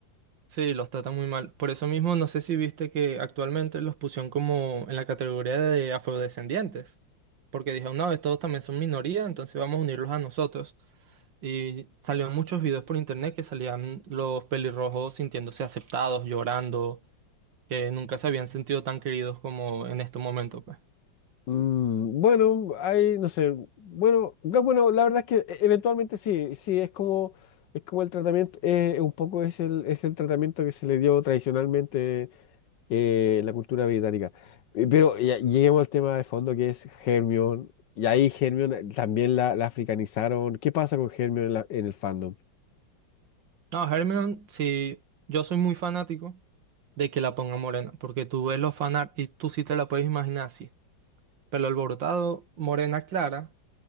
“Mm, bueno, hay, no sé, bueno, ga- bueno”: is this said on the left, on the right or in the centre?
Left